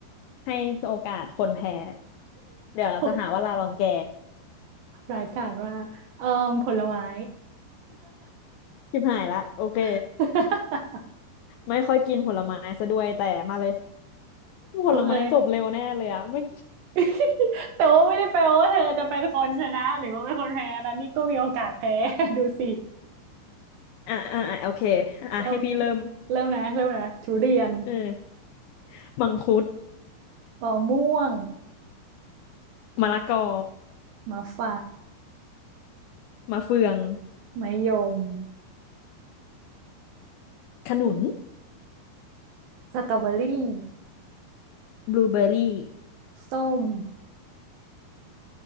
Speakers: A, on the left; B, on the right.
A: ให้โอกาสคนแพ้เดี๋ยวเราจะหาว่าลาลองแก
B: <laughs> รายการว่ากเอ่อผลไม้
A: ชิบหายละโอเค
B: <laughs>
A: ไม่ค่อยกินผลไม้ซะด้วยแต่มาเลย
B: โอเค
A: ผลไม้จบเร็วแน่เลยอะไม่
B: <laughs> แต่ว่าไม่ได้แปลว่าเธอจะเป็นคนชนะหรือว่าเป็นคนแพ้นะนี่ก็มีโอกาสแพ้ <laughs> ดูสิ
A: อ่ะอ่ะอ่ะโอเคอ่ะให้พี่เริ่ม
B: เริ่มเริ่มนะ เริ่มนะทุเรียน
A: เออมังคุด
B: มะม่วง
A: มะละกอ
B: มะไฟ
A: มะเฟือง
B: มะยม
A: ขนุน
B: สตรอเบอรี่
A: บลูเบอร์รี่
B: ส้ม